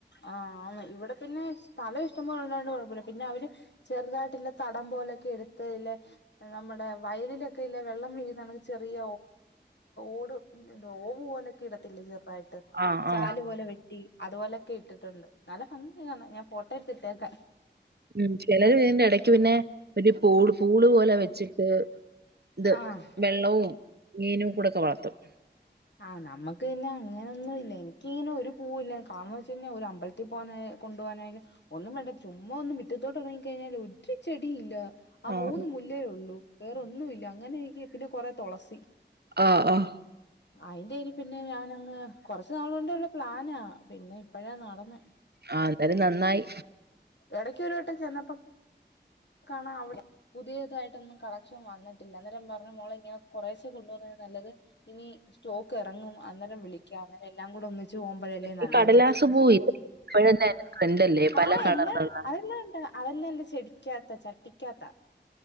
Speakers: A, on the left; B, on the right.
A: ആഹ് ആണ്. ഇവടെ പിന്നെ സ്ഥലയിഷ്ടം പോലെ ണ്ടായിരുന്നൊണ്ട് കൊഴപ്പമല്ല. പിന്നെ അവര് ചെറുതായിട്ടുള്ള തടം പോലെയ്ക്കെ എടുത്ത് നമ്മുടെ വയലിലൊക്കെ ഇല്ല വെള്ളം വീഴുന്നണക്ക് ചെറിയ ഓട് എ ഓവ് പോലെക്കെ ഇടത്തിടല്ലേ ചെറുതായിട്ട്
B: ആ
A: ചാല്
B: ആ
A: പോലെ വെട്ടി അതുപോലെ. തൊണ്ട് നല്ല ഭംഗിണ്ട് കാണാൻ ഞാൻ ഫോട്ടോ എടുത്തിട്ടേക്കേം.
B: ഉം. ചെലര് ഇതിന്റെ ഇടക്ക് പിന്നെ ഒരു പൂ പൂള് പോലെ വെച്ചിട്ട് ഇത്
A: ആഹ്
B: വെള്ളവും മീനു കൂടെ വളർത്തും
A: ആഹ്, നമ്മെക്ക് പിന്നെ അങ്ങനെയൊ ഒന്നൂല്ല എനിക്ക് ഇങ്ങനെ ഒരു പൂവുല. കാരണവെച്ചഴിഞ്ഞാൽ ഒരമ് അമ്പലത്തിൽ പോകാനേ കൊണ്ടു പോയാനായാലും ഒന്നും വേണ്ട ചുമ്മാ ഒന്നു മിറ്റത്തോട്ടെറങ്ങി. കഴഞ്ഞാൽ ഒറ്റ് ചെടിയില്ല. ആ
B: ആഹ്
A: മൂന്ന് മുല്ലേ ഒള്ളൂ. വേറൊന്നുല്ല അങ്ങനെയിരിക്കേ. പിന്നെ കൊറെ തൊളസി
B: ആഹ് ആഹ്
A: അയിന്റയിതിൽ പിന്നെ ഞാനങ്ങ്, കൊറച്ച് നാളെണ്ടുള്ള പ്ലാനാ പിന്നെ ഇപ്പഴാ നടന്നേ.
B: ആ എന്തായാലും നന്നായി
A: എടക്ക് ഒരു വട്ടം ചെന്നപ്പോ കാണ അവിടെ പുതിയതായിട്ടൊന്നും കളക്ഷൻ വന്നിട്ടില്ല അന്നേരം പറഞ്ഞു മോളെ ഇങ്ങനെ കൊറേശെ കൊണ്ടപ്പോന്നതിലും നല്ലത് ഇനി സ്റ്റോക്ക് ഇറങ്ങും അന്നേരം വിളിക്കാം അന്നരം എല്ലാം കൂടെ ഒന്നിച്ച് പോമ്പ ല്ലേ നല്ലത്
B: ഈ കടലാസ് പൂവില്ലേ ഇപ്പഴല്ലേ അതിന്റെ ട്രെൻഡല്ലേ പല
A: ആ
B: കളറിലുള്ള
A: എല്ലാം അതെല്ലാം ഒണ്ട് അതെല്ല എന്റെ ചെടിക്കാത്ത ചട്ടിക്കാത്ത